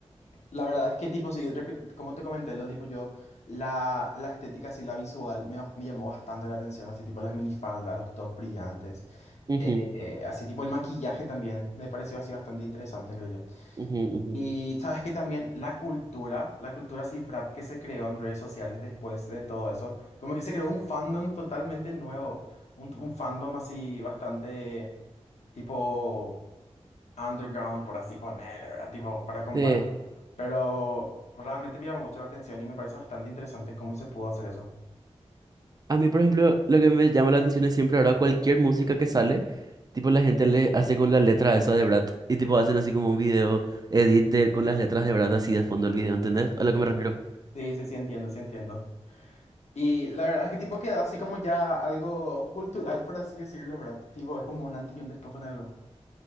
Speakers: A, on the left (about 70°); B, on the right (about 35°).
A: la verdad es que, tipo, sí, repi- como te comenté, lo tipo, yo, la, la estética, así, la visual, me, bas- me llamó bastante la atención, así, tipo, las minifaldas, los tops brillantes,
B: Ujú,
A: eh, así, tipo, el maquillaje también, me pareció así bastante interesante, creo yo.
B: ujú, ujú.
A: Y sabes que también la cultura, la cultura cifrat que se creó en redes sociales después de todo eso, como que se creó un fandom totalmente nuevo, un, un fandom así bastante tipo underground, por así ponerle, ¿verdad? Tipo, para comparar.
B: Sí.
A: Pero realmente me llama mucho la atención y me parece bastante interesante cómo se pudo hacer eso.
B: A mí, por ejemplo, lo que me llama la atención es siempre ahora cualquier música que sale, tipo la gente le hace con la letra esa de Brad y tipo hacen así como un video edit de- con las letras de Brad así de fondo del video, ¿entendés? A lo que me refiero.
A: Sí, sí, sí, entiendo, sí, entiendo. Y la verdad es que tipo quedó así como ya algo cultural, por así decirlo, ¿verdad? Tipo, es como un antes y un después con algo.